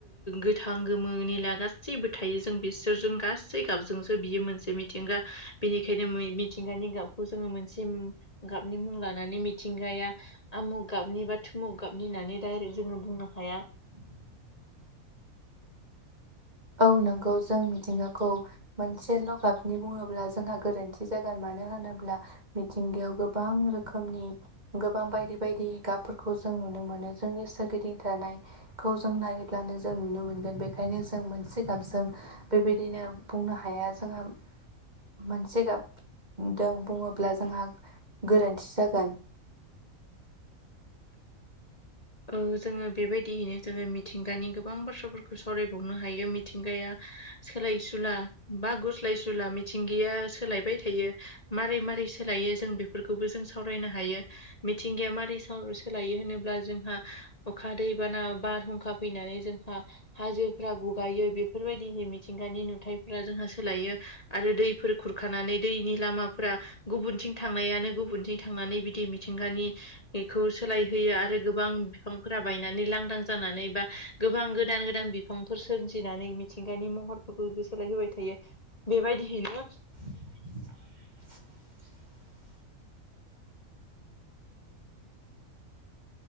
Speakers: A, on the left; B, on the right.
A: गोथां गोमो निला गास जेबो थायो जों बिसोरजों गासै गाबजोंसो बियो मोनसे मिथिंगा बेनिखायनो मिथिंगानि। गाबखौ जोङो मोनसे गाबनि मुं लानानै मिथिंगाया आमुग गाबनि बा थुमुग गाबनिनानै डायरेक्ट जोङो बुंनो हाया।
B: <inaudible> औ नंगौ जों मिथिंगाखौ मोनसेल' गाबनि बुङोब्ला जोंहा गोरोन्थि जागोन माने मानो होनोब्ला मिथिंगायाव गोबां रोखोमनि गोबां बायदि बायदि गाबफोरखौ जों। नुनो मोनो जोंनि सोरगिदिं थानायखौ जों नायोब्लानो जों नुनो मोनगोन बेनिखायनो जों मोनसे मोनसे गाबजों बेबायदिनो बुंनो हाया जोंहा मोनसे गाब दों बुङोब्ला जोंहा गोरोन्थि जागोन <inaudible>
A: औ जोङो बेबायदियैनो जोङो मिथिंगानि गोबां बाथ्राफोरखौ सावरायबावनो हायो मिथिंगाया। सोलाय सुला बा गुस्लाय सुला मिथिंगाया सोलायबाय थायो मारै मारै। सोलायो जों बेफोरखौबो जों सावरायनो हायो मिथिंगाया मारै सोलायो होनोब्ला जोंहा। अखा दैबाना बारहुंखा फैनानै जोंहा हाजोफ्रा गुगायो बेफोर बायदि मिथिंगानि नुथायफोरा जोंहा सोलायो आरो दैफोर खुरखानानै दैनि लामाफोरा गुब गुबुनथिं थांनायानो गुबुनथिं थांनानै बिदि मिथिंगानिखौ सोलायहोयो आरो गोबां। बिफांफोरा बायनानै लांदां जानानै बा गोबां गोदान गोदान बिफांफोर सोरजिनानै मिथिंगानि मुं। महर सोलाय होबाय थायो बे बायदियैनो
B: बेबायदि